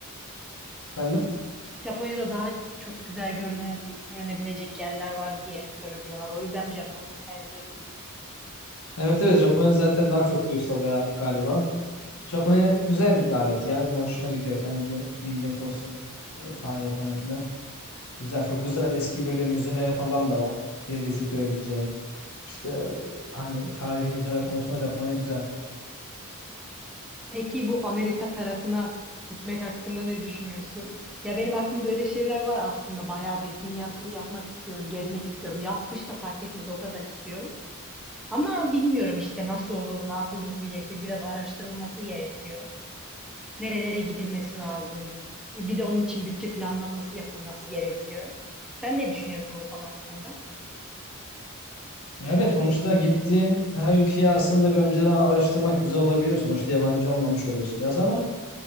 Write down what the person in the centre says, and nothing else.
Japonya'da daha çok güzel görüne, görünebilecek yerler var diye söylüyorlar. O yüzden Japonya'yı tercih ediyorum.
Peki bu Amerika tarafına gitmek hakkında ne düşünüyorsun? Ya benim aklımda öyle şeyler var aslında. Bayağı bir dünya turu yapmak istiyorum, gezmek istiyorum. Yaz kış da fark etmez o kadar istiyorum. Ama bilmiyorum işte nasıl olur, ne yapılması gerekir. Biraz araştırılması gerekiyor. Nerelere gidilmesi lazım. E, Bir de onun için bütçe planlanması yapılması gerekiyor. Sen ne düşünüyorsun bu konu hakkında?